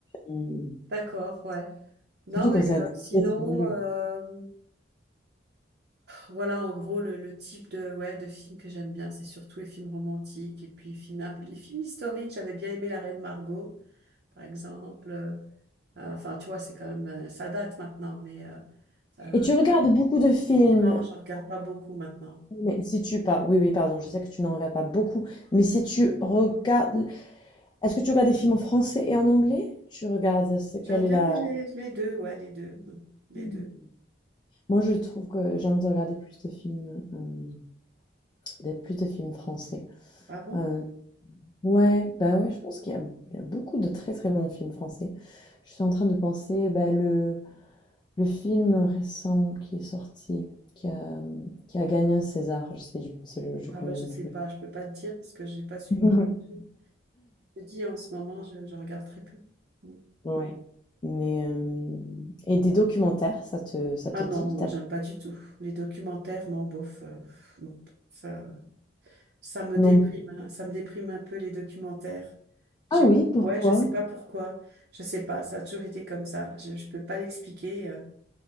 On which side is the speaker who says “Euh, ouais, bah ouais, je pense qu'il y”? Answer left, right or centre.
Left